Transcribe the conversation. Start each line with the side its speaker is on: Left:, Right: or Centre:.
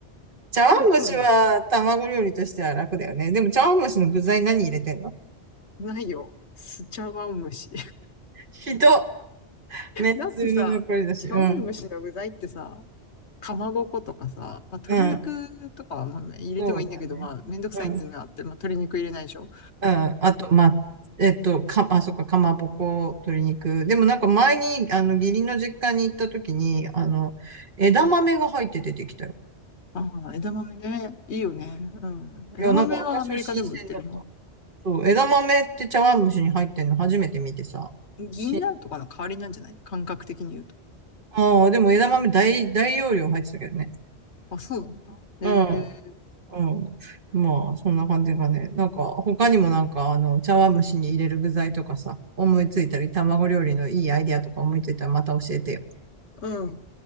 Right: 茶碗蒸しは卵料理としては楽だよね。
Left: そうね。
Right: でも茶碗蒸しの具材何入れてんの
Left: ないよ。スチャワムシ。
Right: ひど。めんつゆの残りだし。
Left: だってさ、茶碗蒸しの具材ってさ、
Right: うん。
Left: かまぼことかさ、まあ、鶏肉とかはまあ入れてもいいんだけど、
Right: うん。そうだね。
Left: まあ、めんどくさいっていうのがあって、
Right: うん。うん。
Left: まあ、鶏肉入れないでしょ。
Right: あと、ま、えっと、か、あ、そっか、かまぼこ、鶏肉。でもなんか前に、あの、義理の実家に行った時に、あの、枝豆が入って出てきたよ。
Left: ああ、枝豆ね。いいよね。うん。枝豆はアメリカでも売ってるの。
Right: いや、なんか私は新鮮だった。そう、枝豆って茶碗蒸しに入ってんの初めて見てさ。
Left: 銀杏とかの代わりなんじゃない感覚的に言うと。
Right: しああ、でも枝豆大、大容量入ってたけどね。
Left: あ、そうなんだ。へ
Right: うん、
Left: え。
Right: うん。まあ、そんな感じがね。なんか、他にもなんか、あの、茶碗蒸しに入れる具材とかさ、思いついたり、卵料理のいいアイディアとか思いついたらまた教えてよ。
Left: うん。